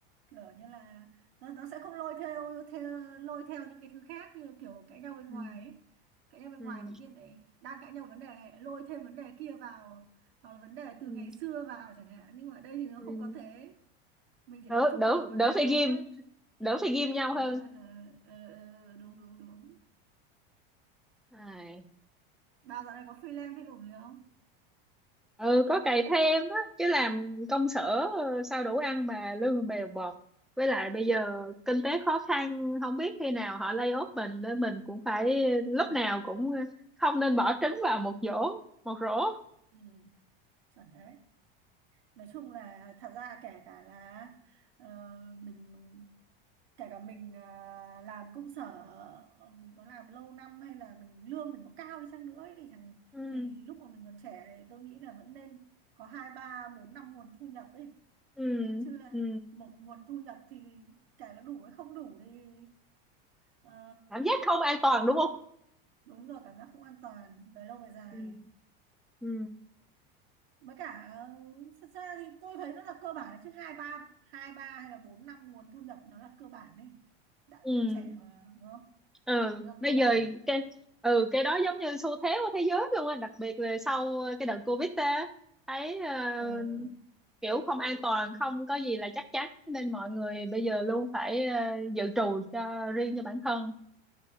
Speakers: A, on the right (about 85°); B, in the centre.
A: kiểu như là nó nó sẽ không lôi theo theo lôi theo những cái thứ khác như kiểu cãi nhau bên
B: Ừ.
A: ngoài ấy. cãi nhau bên
B: Ừ.
A: ngoài tự nhiên lại đang cãi nhau vấn đề này lôi thêm vấn đề kia vào hoặc là vấn đề từ
B: Ừ.
A: ngày xưa vào chẳng hạn nhưng mà ở đây thì nó
B: Ừ.
A: không có thế mình chỉ
B: đỡ
A: tập trung
B: đỡ
A: vào một vấn
B: đỡ
A: đề
B: phải
A: thôi
B: ghim đỡ phải ghim nhau
A: ừ,
B: hơn
A: ừ, ừ, ừ, đúng đúng đúng
B: à.
A: bà dạo này có freelance phim nổi gì không
B: ừ có cày thêm đó chứ làm công sở ờ, sao đủ ăn mà lương bèo bọt với lại bây giờ kinh tế khó khăn không biết khi nào họ lay off mình nên mình cũng phải lúc
A: ờ
B: nào cũng ờ, không nên bỏ trứng vào một giỏ một rổ
A: ừ, chuẩn đấy nói chung là thật ra kể cả là ờ, mình kể cả mình ờ, làm công sở mình có làm lâu năm hay là mình lương mình có cao đi chăng nữa ấy, chẳng,
B: ừ
A: thì lúc mà mình còn trẻ thì tôi nghĩ là vẫn nên có hai ba bốn năm nguồn thu nhập ấy
B: ừ
A: chứ là
B: ừ
A: một nguồn thu nhập thì kể cả đủ hay không đủ thì ờ,
B: cảm giác không an toàn
A: về lâu
B: đúng không
A: đúng rồi cảm giác không an toàn về lâu về dài
B: ừ ừ
A: với cả xa xa thì tôi thấy nó là cơ bản đấy chứ hai ba hai ba hay là bốn năm nguồn thu nhập nó là cơ bản đấy đã
B: ừ
A: mình trẻ mà đúng không
B: ừ
A: nó là
B: bây
A: cơ bản
B: giờ cái ừ cái đó giống như xu thế của thế giới luôn á đặc biệt là sau cái đợt Covid á thấy ờ,
A: ừ.
B: kiểu không an toàn không có gì là chắc chắn nên mọi người bây giờ luôn phải ờ, dự trù cho riêng cho bản thân